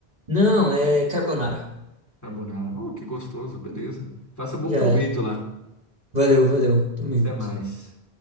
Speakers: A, on the right; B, on the left.
A: Não, é carbonara.
B: Carbonara. Oh, que gostoso. Beleza. Faça bom
A: Já
B: proveito
A: é.
B: lá.
A: Valeu, valeu. Tamo junto.
B: Até mais.